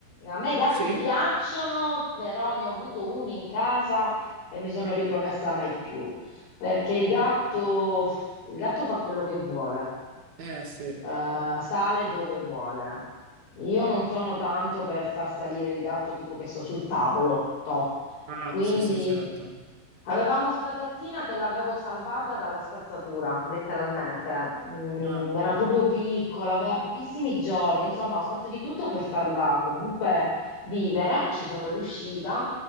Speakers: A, on the left; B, on the right.
A: A me i gatti
B: sì,
A: piacciono, però ne ho avuto uno in casa e mi sono ripromessa mai più, perché il gatto, il gatto fa quello che vuole,
B: Eh sì.
A: eh, sale dove vuole. Io
B: Sì.
A: non sono tanto per far salire il gatto tipo che sto sul tavolo, toh.
B: Ah,
A: Quindi
B: sì, sì, certo.
A: Avevamo sta gattina che l'avevo salvata dalla spazzatura, letteralmente. Mm,
B: Ah,
A: era proprio piccola, aveva pochissimi giorni, insomma, ho fatto di tutto per farla comunque vivere, ci sono riuscita,